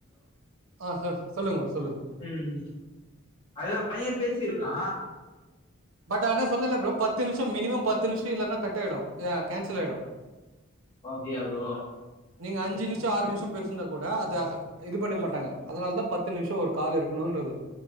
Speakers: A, on the right; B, on the left.
A: ஆ சார் சொல்லுங்க மேடம் சொல்லுங்க
B: உம் அதுதா பைய பேசியிருக்கா
A: பட் ஆனா சொன்ன இல்ல ப்ரோ பத்து நிமிஷோ மினிமம் பத்து நிமிஷோ இல்லன்னா கட்டாயிடோ கேன்சல் ஆயிடோ
B: அப்டியா ப்ரோ
A: நீங்க அஞ்சு நிம்ஷோ ஆறு நிம்ஷோ பேசிர்ந்தா கூட அ இது பண்ணிக்க மாட்டாங்க அதனாலதா பத்து நிம்ஷோ ஒரு கால் இருக்கணோன்றது